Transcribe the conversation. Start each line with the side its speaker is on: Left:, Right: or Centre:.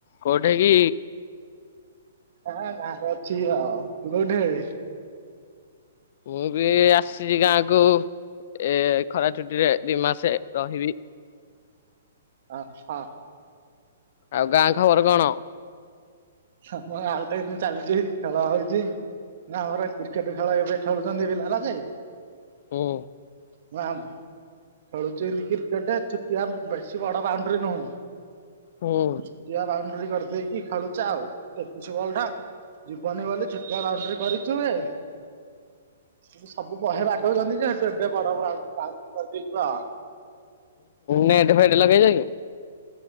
Left: କୋଉଠି କି?
Right: ହଁ ଗାଁରେ ଅଛି ଆଉ ତୁ କୋଉଠାରେ?
Left: ମୁଁ ବି ଆସିଛି ଗାଁକୁୁ ଏ ଖରା ଛୁଟିରେ ଦି ମାସେ ରହିବି।
Right: ଆଛା ହ।
Left: ଆଉ ଗାଁ ଖବର କଣ?
Right: ଆମ ଆଲଟ ଏ ଚାଲିଛି ଖେଳ ହଉଛି। ଆଁ ଆମର କ୍ରିକେଟ ଖେଳ ଏବେ ଖେଳୁଛନ୍ତି ପିଲାମାନେ?
Left: ହୁଁ।
Right: ଓ ଆମ୍ ଖେଳୁଛି ବୋଲିକି କ୍ରିକେଟ ଛୁଟିଆ ବେଶୀ ବଡ ବାଉଣ୍ଡରି ନୁହଁ।
Left: ହୁଁ।
Right: ଛୁଟିଆ ବାଉଣ୍ଡରି କରିଦେଇକି ଖେଳୁଛେ ଆଉ ଏ ଛୁଆଟା ଜୀବନରେ ବୋଧେ ଛୋଟିଆ ବାଉଣ୍ଡରି କରିଛୁ ବେ? ମୁଁ ସବୁ ବହେ ବାଟ ଗଲି ଯେ ସେଠୁ ଏବେ ବଡ ବ ବାଉ ବାଉଣ୍ଡରୀ କରିଦେଇଛ।
Left: ନେଟ ଫେଟ ଲଗେଇଲେଣି